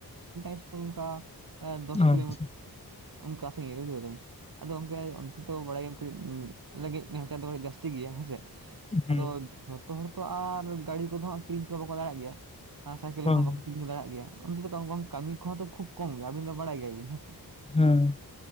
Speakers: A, on the right; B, on the left.
A: ᱤᱥᱠᱩᱞ ᱚᱱᱠᱟ ᱫᱚᱥ
B: ᱟᱪᱪᱷᱟ
A: ᱠᱤᱞᱳᱢᱤ ᱚᱱᱠᱟ ᱥᱟᱺᱜᱤᱧ ᱨᱮ ᱦᱚᱪᱚ ᱟᱫᱚ ᱜᱚᱢᱠᱮ ᱾ ᱵᱟᱲᱟᱭ ᱠᱟᱹᱴᱤᱡ ᱞᱟᱹᱜᱤᱫ ᱱᱟᱦᱟᱪᱟᱨ ᱫᱚ ᱠᱟᱹᱴᱤᱡ ᱡᱟᱹᱥᱛᱤ ᱜᱮᱭᱟ ᱦᱮᱸᱥᱮ
B: ᱦᱩᱸ
A: ᱟᱫᱚ᱾ ᱡᱚᱛᱚ ᱦᱚᱲ ᱛᱚ ᱟᱨ ᱜᱟᱹᱲᱤ ᱠᱚᱫᱚ ᱠᱤᱨᱤᱧ ᱠᱚ ᱵᱟᱠᱚ ᱫᱟᱲᱮᱜ ᱜᱮᱭᱟ ᱟᱨ ᱥᱟᱭᱠᱮᱞ
B: ᱵᱟᱝ
A: ᱠᱚᱦᱚᱸ ᱵᱟᱠᱚ᱾ ᱫᱟᱲᱮᱜ ᱜᱮᱭᱟ ᱚᱱᱛᱮ ᱫᱚ ᱵᱟᱝ ᱠᱟᱹᱢᱤ ᱠᱚᱦᱚᱸ ᱠᱷᱩᱵ ᱠᱚᱢ ᱜᱮᱭᱟ ᱟᱵᱤᱱ ᱫᱚ ᱵᱟᱲᱟᱭ ᱜᱮᱭᱟ ᱵᱤᱱ ᱦᱮᱸ ᱥᱮ᱾
B: ᱦᱩᱸ᱾